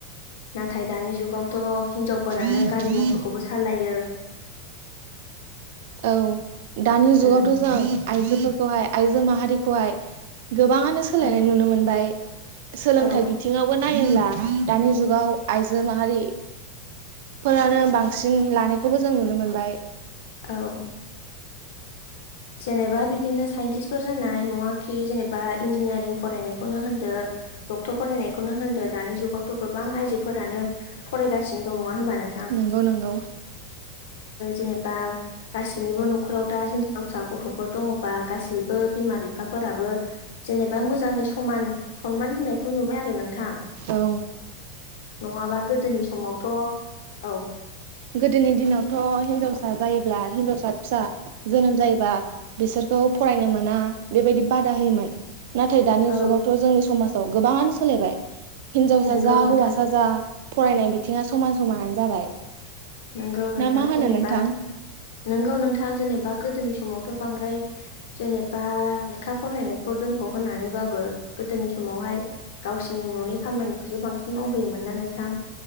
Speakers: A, on the left (about 75°); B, on the right (about 60°).
A: नाथाय दानि जुगावथ हिनजावफोरानो
B: औ
A: गारि मथरखौबो सालायो
B: औ दानि जुगावथ
A: उम
B: जों आइजोफोरखौहाय आइजो माहारिखौहाय गोबाङानो सोलायनाय
A: औ
B: नुनो मोनबाय सोलोंथाइ
A: औ
B: बिथिङावबो नायोब्ला दानि जुगाव आइजो माहारि फोरानो बांसिन लानायखौबो जों नुनो मोनबाय
A: औ जेनेबा बिदिनो साइन्टिस्फोर जानाय नङाखि जेनेबा इन्जिनियारिं फरायनायखौनो होनदो डक्टर फरायनायखौनो होनदोंो दानि जुगावथ' गोबां आइजोफोरानो फरायगासिनो दं नङा होमबा नोंथां
B: नंगौ नंगौ
A: जेनेबा गासैनिबो न'खराव दाि गावसा गथ'फोर दङबा गासैबो बिमा बिफाफोराबो जेनेबा मोजाङै समान सनमान होनायखौ नुबाय आरो नों थां
B: औ
A: नङाबा गोदोनि समावथ' औ
B: गोदोनि दिनावथ' हिनजावसा जायोब्ला हिनजावसा फिसा जोनोम जायोबा बिसोरखौ फरायनो मोना बेबायदि बादा होयोमोन नाथाय दानि
A: औ
B: जुगावथ' जोंनि समाजाव गोबाङानो सोलायबाय हिनजावसा
A: नंगौ
B: जा
A: नोंथां
B: हौवासा जा फरायनाय बिथिङा समान समानानो जाबाय
A: नोंगौ नोंथां
B: ना मा होनो
A: जेनेबा
B: नोंथां
A: नोंगौ नोंथां जेनेबा गोदोनि समाव बांद्राय जेनेबा लेखा फरायनायखौ दोनथ' होननानै बाबो गोदोनि समावहाय गावसिोरनि न'नि खामानिखौसो बांसिन मावहोयोमोन ना नोंथां